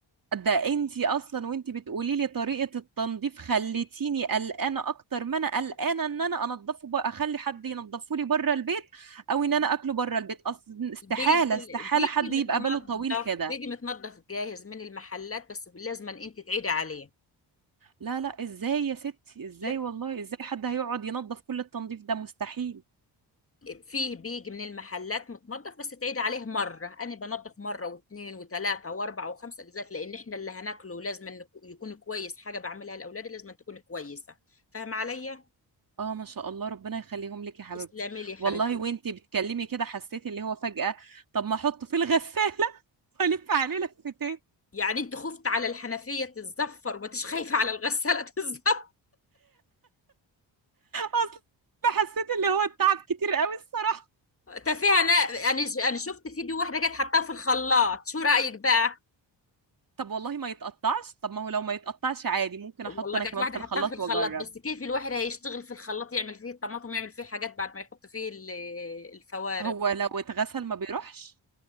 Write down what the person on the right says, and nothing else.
ده انتي اصلا وانتي بتقولي لي طريقة التنظيف خليتيني قلقانة اكتر ما انا قلقانة ان انا انضفه بقى اخلي حد ينضفه لي بره البيت او ان انا اكله بره البيت اصلا استحالة
استحالة
حد يبقى
باله طويل كده
لا لا ازاي يا ستي ازاي
والله ازاي حد هيقعد ينظف كل التنظيف ده مستحيل
اه ما شاء الله ربنا يخليهم لك يا حبيبتي
والله وانتي بتكلمي كده حسيت اللي هو فجأة طب ما احطه في الغسالة <laughs> والف عليه لفتين
اصل حسيت اللي هو التعب كتير قوي الصراحة
طب والله ما يتقطعش طب ما هو لو ما يتقطعش عادي ممكن
احط انا
كمان
في الخلاط
واجرب
هو لو اتغسل ما بيروحش